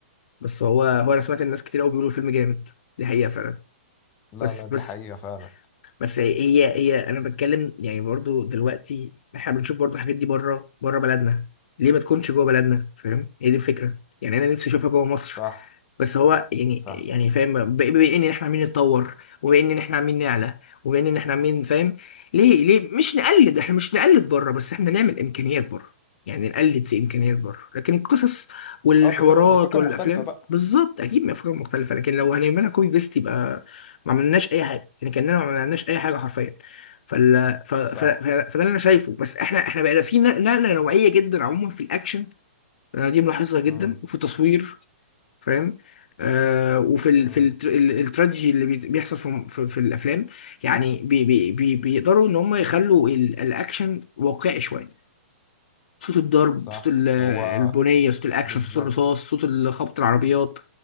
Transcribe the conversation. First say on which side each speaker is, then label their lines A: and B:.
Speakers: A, on the left; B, on the left.
A: بس هو هو انا سمعت الناس كتير قوي بيقولوا الفيلم جامد دي حقيقه فعلا
B: لا
A: بس
B: لا
A: بس
B: دي حقيقة فعلا
A: بس هي هي انا بتكلم يعني برضو دلوقتي احنا بنشوف برضو الحاجات دي بره بره بلدنا ليه ما تكونش جوه بلدنا فاهم هي دي الفكره يعني انا نفسي اشوفها جوه مصر
B: صح
A: بس هو يعني
B: صح
A: يعني فاهم ب- بما ان احنا عمالين نتطور وبما ان احنا عمالين نعلى وبما ان احنا عمالين فاهم ليه ليه مش نقلد احنا مش نقلد بره بس احنا نعمل امكانيات بره يعني نقلد في امكانيات بره لكن القصص والحوارات
B: اه بف... بفكر
A: والافلام
B: مختلفة بقى
A: بالظبط اكيد من افكار مختلفه لكن لو هنعملها كوبي بيست يبقى ما عملناش اي حاجه يعني كاننا ما عملناش اي حاجه حرفيا فال ف... ف...
B: صح
A: ف... فده اللي انا شايفه بس احنا احنا بقينا في نقله نوعيه جدا عموما في الاكشن أنا دي ملاحظها جدا
B: امم
A: وفي التصوير فاهم آه وفي ال
B: امم
A: في التر- ال- التراجيدي اللي بي- بيحصل في في, في الافلام يعني بي بي بي بيقدروا ان هم يخلوا ال- الاكشن واقعي شويه صوت الضرب
B: صح
A: صوت ال-
B: هو
A: البنيه صوت الاكشن
B: بالظبط
A: صوت الرصاص صوت خبط العربيات